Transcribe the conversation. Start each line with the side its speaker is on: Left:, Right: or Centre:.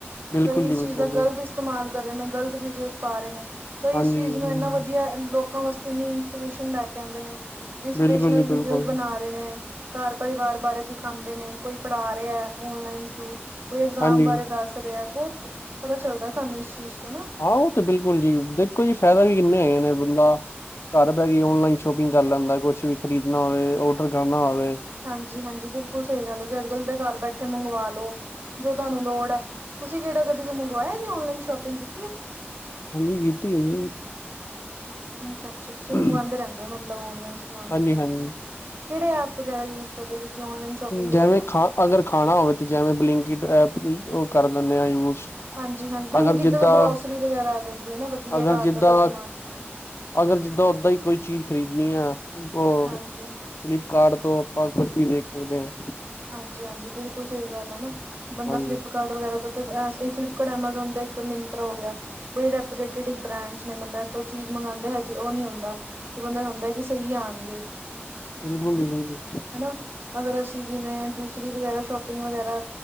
Left: ਬਿਲਕੁਲ
Right: ਕਈ
Left: ਜੀ
Right: ਚੀਜ਼ਾਂ
Left: ਬਿਲਕੁਲ,
Right: ਗਲਤ ਇਸਤੇਮਾਲ ਕਰ ਰਹੇ ਨੇ ਗ਼ਲਤ ਵੀਡੀਓ ਪਾ ਰਹੇ ਨੇ ਕਈ
Left: ਹਾਂਜੀ,
Right: ਇਸ ਚੀਜ਼ ਨੂੰ
Left: ਹੂੰ।
Right: ਇੰਨਾ ਵਧੀਆ ਲੋਕਾਂ ਵਾਸਤੇ ਨੀ ਇੰਸਪੀਰੇਸ਼ਨ ਲੈਕੇ ਆਂਦੇ ਨੇ ਇੰਸਪੀਰੇਸ਼ਨਲ
Left: ਬਿਲਕੁਲ ਜੀ ਬਿਲਕੁਲ।
Right: ਵੀਡੀਓ ਬਣਾ ਰਹੇ ਨੇ ਘਰ ਪਰਿਵਾਰ ਬਾਰੇ ਦਿਖਾਉਂਦੇ ਨੇ ਕੋਈ ਪੜ੍ਹਾ ਰਿਹਾ ਓਨਲਾਈਨ ਥਰੂ ਕੋਈ ਇਗਜ਼ਾਮ
Left: ਹਾਂਜੀ,
Right: ਬਾਰੇ ਦੱਸ ਰਿਹਾ ਬਹੁਤ ਪਤਾ ਚੱਲਦਾ ਸਾਨੂੰ ਇਸ ਚੀਜ਼ ਤੋਂ ਨਾ
Left: ਆਹੋ ਤੇ ਬਿਲਕੁਲ ਜੀ ਦੇਖੋ ਜੀ ਫਾਇਦਾ ਵੀ ਕਿੰਨੇ ਹੈਗੇ ਨੇ ਬੰਦਾ ਘਰ ਬੈ ਕੇ ਔਨਲਾਈਨ ਸ਼ੋਪਿੰਗ ਕਰ ਲੈਂਦਾ ਕੁਛ ਵੀ ਖਰੀਦਣਾ ਹੋਵੇ ਔਡਰ ਕਰਨਾ ਹੋਵੇ
Right: ਹਾਂਜੀ ਹਾਂਜੀ ਬਿਲਕੁਲ ਸਹੀ ਗੱਲ ਹੈ ਜੇ ਅਜ ਗੱਲ ਦੇ ਘਰ ਬੈਠੇ ਤੇ ਮੰਗਵਾ ਲੋ ਜੋ ਤੁਹਾਨੂੰ ਲੋੜ ਹੈ ਤੁਸੀਂ ਕਿਹੜਾ ਕਦੀ ਮੰਗਵਾਇਆ ਜੀ ਓਨਲਾਈਨ ਸ਼ੋਪਿੰਗ ਕੀਤੀ ਹੈ
Left: ਹਾਂਜੀ ਗੀਤੀ ਹੈ ਜੀ
Right: ਅੱਛਾ ਅੱਛਾ ਤੁਸੀਂ
Left: ਜੀ,
Right: ਮੰਗਵਾਦੇ ਰਹਿੰਦੇ ਹੋ ਮਤਲਬ ਨਲਾਈਨ ਸਮਾਨ
Left: ਹਾਂਜੀ-ਹਾਂਜੀ।
Right: ਕਿਹੜੇ ਐਪ ਵਗੈਰਾ ਯੂ ਜਦੋਂ ਤੁਸੀ ਔਨਲਾਈਨ ਸ਼ੋਪਿੰਗ ਵਸਤੇ
Left: ਜਿਵੇਂ ਖਾ ਅਗਰ ਖਾਣਾ ਹੋਵੇ ਤੇ ਜਿਵੇਂ ਬਲਿੰਕਟ ਐਪ ਵੀ ਉਹ ਕਰ ਲੈਂਦੇ ਆ ਯੂਜ
Right: ਹਾਂਜੀ-ਹਾਂਜੀ ਬਲਿੰਕਿਟ
Left: ਅਗਰ ਜਿੱਦਾਂ
Right: ਜਦੋਂ ਗਰੋਸਰੀ ਵਗੈਰਾ ਆ ਜਾਂਦੀ ਹੈ ਨਾ ਵਧੀਆ
Left: ਅਗਰ
Right: ਘਰ
Left: ਜਿੱਦਾਂ,
Right: ਦਾ ਕੋਈ ਸਮਾਨ
Left: ਅਗਰ ਜਿੱਦਾਂ ਓਦਾਂ ਹੀ ਕੋਈ ਚੀਜ਼ ਖਰੀਦਣੀ ਆ ਉਹ
Right: ਹਾਂਜੀ।
Left: ਫਲਿਪਕਾਰਟ ਤੋਂ ਆਪਾਂ ਕੁਛ ਵੀ ਦੇਖ ਸਕਦੇ ਆ।
Right: ਹਾਂਜੀ-ਹਾਂਜੀ, ਬਿਲਕੁਲ ਸਹੀ ਗੱਲ ਹੈ ਨਾ ਬੰਦਾ
Left: ਹਾਂਜੀ
Right: ਫਲਿੱਪਕਾਰਡ ਟ ਵਗੈਰਾ ਤੋਂ ਫਲਿਪਕਾਰਟ, ਐਮਾਜੋਨ ਦਾ ਇੱਕ ਮਯੰਤਰਾ ਹੋ ਗਿਆ। ਬੜੀ ਰਪੋਟਡ ਬ੍ਰਾਂਡਸ ਨੇ ਬੰਦਾ ਚੀਜ਼ ਮੰਗੋਦਾ ਹ ਸੀ ਉਹ ਨਹੀਂ ਆਉਂਦਾ ਤੇ ਬੰਦੇ ਨੂੰ ਹੁੰਦਾ ਕਿ ਸਹੀ ਆਉਣਗੇ
Left: ਬਿਲਕੁਲ ਜੀ ਬਿਲਕੁਲ
Right: ਹਨਾ ਅਗਰ ਅਸੀਂ ਜਿਵੇਂ ਦੂਸਰੀ ਵਗੈਰਾ ਸ਼ੋਪਿੰਗ ਵਗੈਰਾ